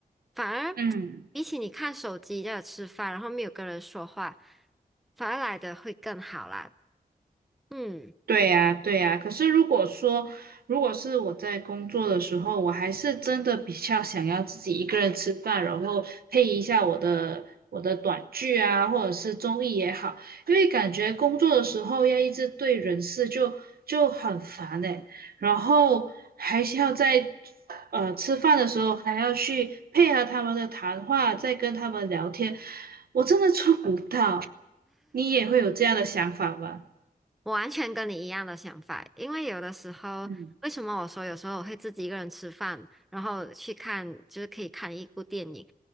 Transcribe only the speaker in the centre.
反而
比起你看手机在那吃饭，然后没有跟人说话，反而来的会更好啦。嗯。
我完全跟你一样的想法，因为有的时候，
为什么我说有时候我会自己一个人吃饭，然后去看，就是可以看一部电影，